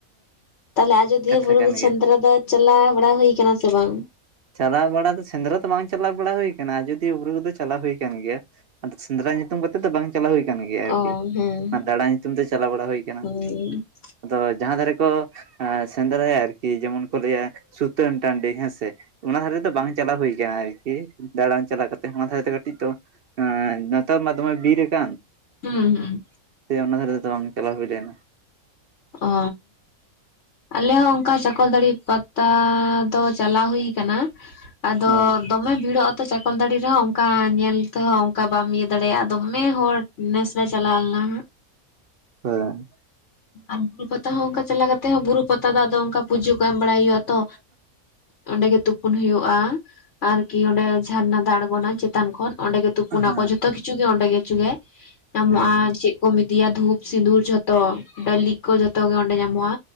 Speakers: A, on the left (about 55°); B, on the right (about 55°).
A: ᱛᱟᱞᱦᱮ ᱟᱡᱚᱫᱤᱭᱟᱹ
B: ᱠᱟᱛᱷᱟ
A: ᱵᱩᱨᱩ
B: ᱠᱟᱱ
A: ᱫᱚ ᱥᱮᱸᱫᱽᱨᱟ
B: ᱜᱮᱭᱟ
A: ᱫᱚ ᱪᱟᱞᱟᱣ ᱵᱟᱲᱟ ᱦᱩᱭ ᱠᱟᱱᱟ ᱥᱮ ᱵᱟᱝ?
B: ᱪᱟᱞᱟᱣ ᱵᱟᱲᱟ ᱫᱚ ᱥᱮᱸᱫᱽᱨᱟ ᱫᱚ ᱵᱟᱝ ᱪᱟᱞᱟᱣ ᱵᱟᱲᱟ ᱦᱩᱭ ᱟᱠᱟᱱᱟ, ᱟᱡᱚᱫᱤᱭᱟᱹ ᱵᱩᱨᱩ ᱨᱮᱫᱚ ᱪᱟᱞᱟᱣ ᱦᱩᱭ ᱠᱟᱱ ᱜᱮᱭᱟ᱾ ᱟᱫᱚ ᱥᱮᱸᱫᱽᱨᱟ ᱧᱩᱛᱩᱢ ᱠᱟᱛᱮᱫ ᱫᱚ ᱵᱟᱝ ᱪᱟᱞᱟᱣ ᱦᱩᱭ ᱟᱠᱟᱱ ᱜᱮᱭᱟ ᱟᱨᱠᱤ,
A: ᱚ ᱦᱮᱸ
B: ᱚᱱᱟ ᱫᱟᱬᱟ ᱧᱩᱛᱩᱢ ᱛᱮ ᱪᱟᱞᱟᱣ ᱵᱟᱲᱟ ᱦᱩᱭ ᱠᱟᱱᱟ᱾
A: ᱦᱮᱸ
B: ᱟᱫᱚ ᱡᱟᱦᱟᱸ ᱫᱷᱟᱨᱮ ᱠᱚ ᱮᱸ ᱥᱮᱸᱫᱽᱨᱟᱭ ᱟᱨᱠᱤ ᱡᱮᱢᱚᱱ ᱠᱚ ᱞᱟᱹᱭᱟ ᱥᱩᱛᱟᱹᱱ ᱴᱟᱺᱰᱤ ᱦᱮᱸ ᱥᱮ, ᱚᱱᱟ ᱫᱷᱟᱨᱮ ᱫᱚ ᱵᱟᱝ ᱪᱟᱞᱟᱣ ᱦᱩᱭ ᱡᱟᱦᱟᱸ ᱟᱨᱠᱤ ᱫᱟᱲᱟᱱ ᱪᱟᱞᱟᱣ ᱠᱟᱛᱮ ᱚᱱᱟ ᱫᱷᱟᱨᱮ ᱫᱮ ᱠᱟᱹᱴᱤᱡ ᱫᱚ ᱮᱸ ᱱᱮᱛᱟᱨ ᱢᱟ ᱫᱚᱢᱮ ᱵᱤᱨ ᱟᱠᱟᱱ᱾
A: ᱦᱩᱸ ᱦᱩᱸ᱾
B: ᱛᱮ ᱚᱱᱟ ᱫᱷᱟᱨᱮ ᱨᱮᱫᱚ ᱵᱟᱝ ᱪᱟᱞᱟᱣ ᱦᱩᱭ ᱞᱮᱱᱟ᱾
A: ᱚ᱾ ᱟᱞᱮ ᱦᱚᱸ ᱚᱱᱠᱟ ᱪᱟᱠᱚᱞᱛᱟᱲᱤ ᱯᱟᱛᱟ ᱫᱚ ᱪᱟᱞᱟᱣ ᱦᱩᱭ ᱟᱠᱟᱱᱟ᱾ ᱟᱫᱚ
B: ᱚ
A: ᱫᱚᱢᱮ ᱵᱷᱤᱲᱚᱜᱼᱟ ᱛᱚ ᱪᱟᱠᱚᱞᱛᱟᱲᱤ ᱨᱮᱦᱚᱸ ᱚᱱᱠᱟ ᱧᱮᱞ ᱛᱮᱦᱚᱸ ᱚᱱᱠᱟ ᱵᱟᱢ ᱤᱭᱟᱹ ᱫᱟᱲᱮᱭᱟᱜᱼᱟ ᱫᱚᱢᱮ ᱦᱚᱲ ᱱᱮᱥ ᱱᱮᱥ ᱪᱟᱞᱟᱣ ᱞᱮᱱᱟ ᱦᱟᱜ᱾
B: ᱦᱳᱭ᱾
A: ᱟᱨ ᱵᱩᱨᱩ ᱯᱟᱛᱟ ᱦᱚᱸ ᱚᱱᱠᱟ ᱪᱟᱞᱟᱣ ᱠᱟᱛᱮ ᱦᱚᱸ ᱵᱩᱨᱩ ᱯᱟᱛᱟ ᱫᱚ ᱟᱫᱚ ᱚᱱᱠᱟ ᱯᱩᱡᱟᱹ ᱠᱚ ᱮᱢ ᱵᱟᱲᱟᱭ ᱦᱩᱭᱩᱜᱼᱟ ᱛᱚ᱾ ᱚᱸᱰᱮ ᱜᱮ ᱛᱩᱯᱩᱱ ᱦᱩᱭᱩᱜᱼᱟ᱾ ᱟᱨᱠᱤ ᱚᱸᱰᱮ ᱡᱷᱟᱨᱱᱟ ᱫᱟᱜ ᱟᱬᱜᱚᱱᱟ ᱪᱮᱛᱟᱱ ᱠᱷᱚᱱ ᱚᱸᱰᱮ ᱜᱮ
B: ᱛᱚ
A: ᱛᱩᱯᱩᱱᱟ
B: ᱦᱮᱸ
A: ᱠᱚ ᱡᱚᱛᱚ ᱠᱤᱪᱷᱩ ᱜᱮ ᱚᱸᱰᱮ ᱜᱮᱪᱷᱩ ᱜᱮ ᱧᱟᱢᱚᱜᱼᱟ
B: ᱦᱮᱸ
A: ᱪᱮᱫ ᱠᱚᱢ ᱤᱫᱤᱭᱟ ᱫᱷᱩᱯ ᱥᱤᱸᱫᱩᱨ ᱡᱷᱚᱛᱚ ᱰᱟᱹᱞᱤᱡ ᱠᱚ ᱡᱷᱚ ᱛᱚ ᱜᱮ ᱚᱸᱰᱮ ᱧᱟᱢᱚᱜᱼᱟ᱾